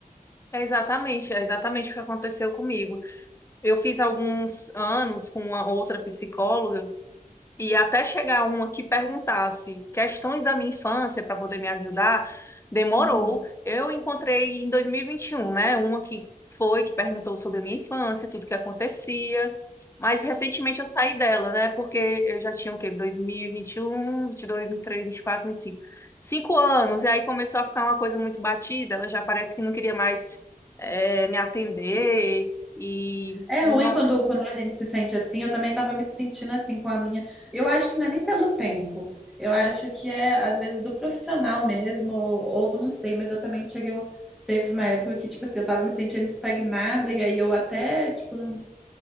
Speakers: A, on the left (about 20°); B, in the centre.
A: É exatamente, é exatamente o que aconteceu comigo. Eu fiz alguns anos com uma outra psicóloga E até chegar uma que perguntasse questões da minha infância para poder me ajudar, demorou.
B: Hum,
A: Eu encontrei em 2021, né? Uma que foi, que perguntou sobre a minha infância, tudo que acontecia. Mas recentemente eu saí dela, né? Porque eu já tinha o quê? 2021, 22, 23, 24, 25. Cinco Cinco anos. E aí começou a ficar uma coisa muito batida. Ela já parece que não queria mais eh, me atender. E
B: É
A: não.
B: ruim quando, quando a gente se sente assim. Eu também estava me sentindo assim com a minha. Eu acho que não é nem pelo tempo. Eu acho que é, às vezes, do profissional mesmo, ou, ou não sei, mas eu também cheguei. a um- Teve uma época que, tipo assim, eu estava me sentindo estagnada, e aí eu até, tipo, não